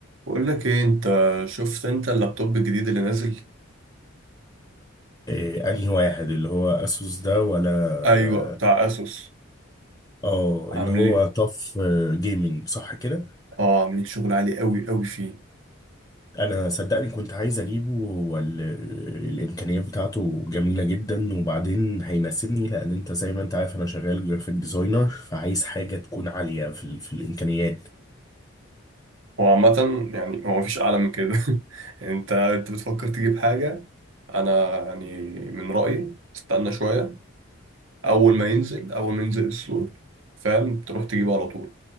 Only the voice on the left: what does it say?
إيه انهي واحد اللي هو اسوس ده ولا
اه
آه، اللي
هو طف جيمنج صح كده
انا صدقني كنت عايز اجيبه والامكانيات بتاعته جميله جدا وبعدين هيناسبني لان انت زي ما انت عارف انا شغال جرافيك ديزاينر فعايز حاجه تكون عاليه في ال- في الامكانيات